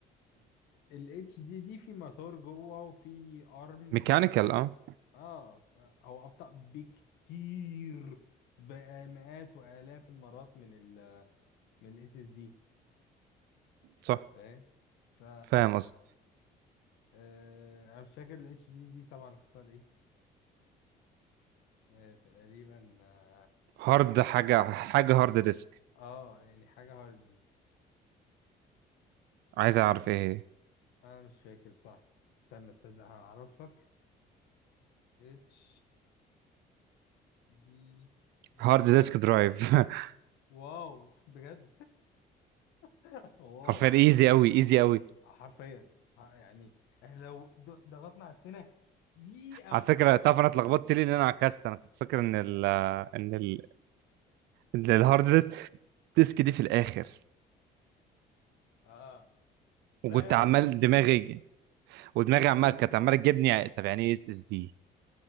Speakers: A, on the left (about 90°); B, on the right (about 80°).
A: ال اتش دي دي في موتور جوه وفي ارم
B: ميكانيكال
A: سيلكتور
B: اه
A: اه ف- هو ابطأ بكتير بقى مئات والاف المرات من ال من الاس اس دي
B: صح
A: فاهم ف
B: فاهم قصدي
A: آه، انا مش فاكر الاتش دي دي طبعا اختصار ايه آه، تقريبا اه
B: هارد حاجه حاجه هارد ديسك
A: آه، يعني حاجه هارد ديسك
B: عايز اعرف ايه هي
A: انا مش فاكر صح استنى تصدق هعرف لك اتش دي دي
B: هارد ديسك
A: اف
B: درايف <laughs>
A: واو بجد <laughs> واو
B: حرفيا ايزي قوي ايزي قوي
A: حرفيا ه- يعني احنا لو ض- ضغطنا على السنة دقيقة
B: على
A: واحدة
B: فكره تعرف انا اتلخبطت ليه لان انا عكست انا كنت فاكر ان ال ان ال إن الهارد ديسك دي في الاخر
A: اه
B: وكنت
A: لا يا
B: عمال
A: هندس في
B: دماغي
A: الأول
B: ودماغي
A: لا
B: عمال
A: هندس
B: كانت
A: في
B: عماله
A: الأول
B: تجيبني طب يعني ايه اس اس دي